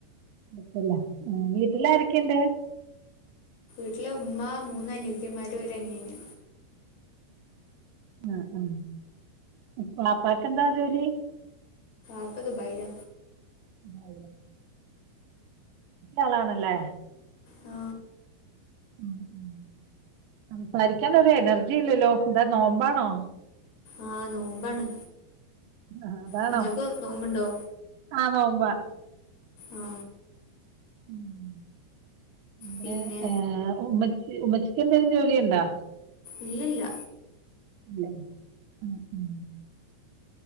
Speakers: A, on the right (about 80°); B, on the left (about 65°).
A: കുഴപ്പമില്ല വീട്ടില് ആരൊക്കെയുണ്ട്
B: വീട്ടില് ഉമ്മ മൂന്ന അനിയത്തിമാര് ഒ അനിയന്
A: അ ആ ഉപ്പാപ്പായ്ക്ക് എന്താ ജോലി
B: അക്ക ദുബായില
A: <unintelligible> ആളാണല്ലേ
B: ആ
A: ഉം ഉം സംസാരിക്കൻ ഒരു എനർജി ഇല്ലല്ലോ എന്താ നോമ്പാണോ
B: ആ നോമ്പാണ്
A: ആ അതാണോ
B: നിങ്ങൾക്ക് നോമ്പുണ്ടോ
A: ആ നോമ്പാ
B: ആ
A: ഉം
B: പിന്നെ
A: എ ഏ ഉം ഉമ്മച്ചക്ക് എന്തെങ്കിലും ജോലി ഉണ്ടോ
B: ഇല്ലില്ല
A: ഇല്ലെ ഉം ഉം